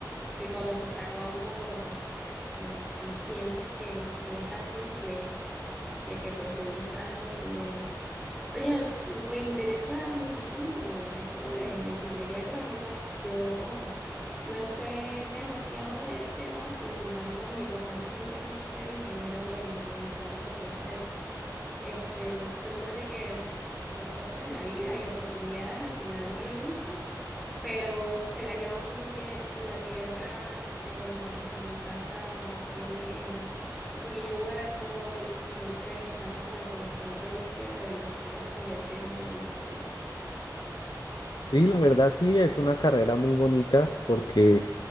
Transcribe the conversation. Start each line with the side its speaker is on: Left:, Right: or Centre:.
Centre: que cuando se está acabando mm, no sientes que, que es así, que, que, que por fin lo estás consiguiendo. Oye, me interesa muchísimo esto de la ingeniería agrónoma. Yo no sé demasiado del tema, sin embargo, mi papá siempre quiso ser ingeniero agrónomo y siempre me cuenta eso. Este, solamente que por cosas de la vida y oportunidades al final no lo hizo pero se la lleva muy bien con la tierra. eh, en mi casa tiene un pequeño huerto y siempre está como en constante búsqueda de investigar sobre el tema y así.
Left: Sí, la verdad sí, es una carrera muy bonita porque